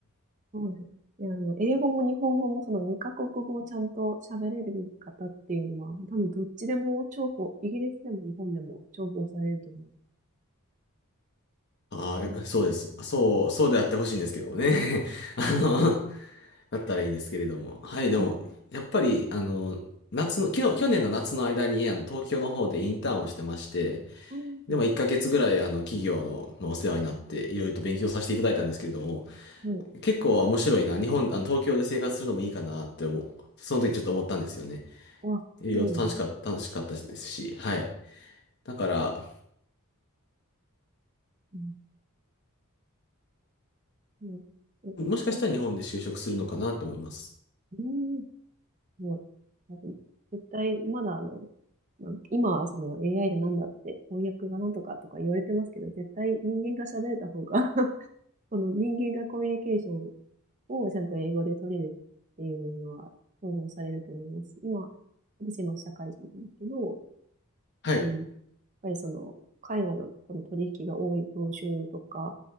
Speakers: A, on the right (about 35°); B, on the left (about 55°).
A: そうですね。いや、あの、英語も日本語もその2カ国語をちゃんと喋れる方っていうのは、多分どっちでも重宝、イギリスでも日本でも重宝されると思
B: <laughs> ああ、
A: う。うん。
B: そうです。そう、そうであってほしいんですけどもね。<laughs> あの、<laughs> だったらいいんですけれども。はい、でも、
A: あ、
B: やっぱり、あの、夏の、昨日、去年の夏の間に、あの、東京の方でインターンをしてまして、
A: そうですね
B: でも1ヶ月ぐらい、あの、企業の、まあお世話になって、いろいろと勉強させていただいたんですけれども、
A: はい。
B: 結構面白いな。日本、あの、東京で生活するのもいいかなって思う。その時ちょっと思ったんですよね。
A: あ、
B: いろいろと楽しかった、
A: そうなんですか。
B: 楽しかったですし、はい。だから、
A: うん。うんえ、
B: もしかしたら日本で就職するのかなと思います。
A: うんうんもう、あと、絶対、まだあの、まあ、今はその AI でなんだって、翻訳がなんとかとか言われてますけど、絶対人間が喋れた方が <laughs> その人間がコミュニケーションをちゃんと英語で取れるっていうのは重宝されると思いますし。今、私今社会人なんですけど、
B: はい。
A: うん、
B: <laughs>
A: やっぱりその、海外のこの取引が多い業種とか